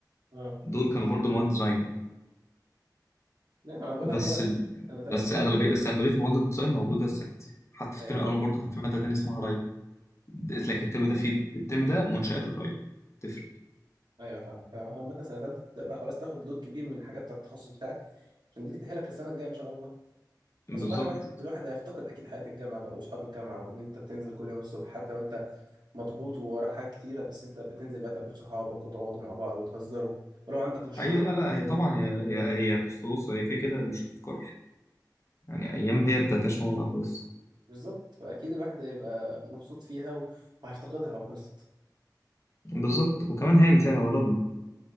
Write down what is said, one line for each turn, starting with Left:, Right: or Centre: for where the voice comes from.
Right: اه
Left: دول كانوا برضو مواد ديزاين يعني
Right: لا انا بقول
Left: بس
Right: لك هو
Left: ال...
Right: سنة تالتة
Left: بس اغلبيه بس اغلبيه مواد الديزاين موجوده السنه دي حتى في
Right: أيوه.
Left: الترم الاول برضو كان في ماده تانية اسمها ري لكن الترم ده في الترم ده منشات الري تفرق
Right: ايوه فاهمك فاهم هو عامة سنة تالتة تبدأ بقى خلاص تاخد لود كبير من الحاجات بتاعت التخصص بتاعك عشان دي اللي تأهلك للسنة الجاية إن شاء الله
Left: بالظبط
Right: بس والله الواحد الواحد هيفتقد أكيد حياة الجامعة بقى وأصحاب الجامعة وإن أنت بتنزل كل يوم الصبح حتى لو أنت مضغوط ووراك حاجات كتيرة بس أنت بتنزل بقى تقابل صحابك وتقعدوا مع بعض وتهزروا ولو عندك مشروع
Left: ايوه لا لا
Right: بتقعدوا
Left: هي طبعا
Right: بقى تقعدوا
Left: هي
Right: تتكلموا
Left: هي
Right: وتهزروا.
Left: هي بص بص هي كده كده مش هتتكرر يعني ايام هي تتعيش مره واحده بس
Right: بالظبط فأكيد الواحد هيبقى مبسوط فيها و- وهيفتقدها لو خلصت
Left: بالظبط وكمان هانت يعني قربنا